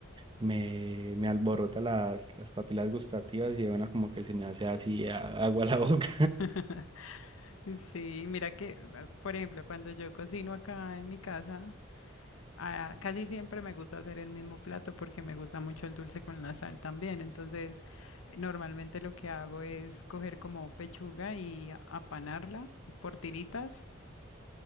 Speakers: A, on the right; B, on the left.
A: Me, me alborota las, las papilas gustativas y bueno, como que se me hace así a- agua a la boca,
B: <laughs> Sí, mira que, ah, por ejemplo, cuando yo cocino acá en mi casa, ah, casi siempre me gusta hacer el mismo plato porque me gusta mucho el dulce con la sal también. Entonces, eh, normalmente lo que hago es coger como pechuga y a- apanarla por tiritas.